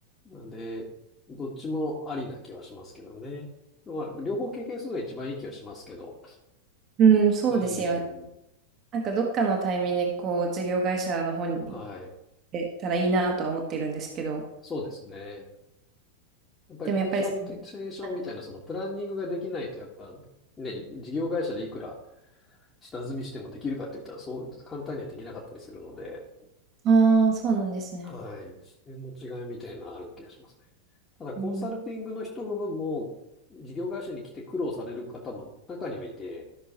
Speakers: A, on the left (about 20°); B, on the right (about 30°).
A: なんで、どっちもありな気はしますけどね。まあ、両方経験するのが一番いい気はしますけど。
B: うん、そうですよね。
A: うん。
B: なんかどっかのタイミングでこう、事業会社の方に行っ
A: はい。
B: てたらいいなとは思ってるんですけど、
A: そうですね。やっぱりコンサルテーションみたいなそのプランニングができないと、
B: でもやっぱりその、はい。
A: やっぱね、事業会社でいくら下積みしてもできるかって言ったらそう簡単にはできなかったりするので、
B: ああ、そうなんですね。
A: はい。視点の違いみたいなのはある気がしますね。ただ、コンサルティングの人も、
B: うん。
A: 事業会社に来て苦労される方も中にはいて、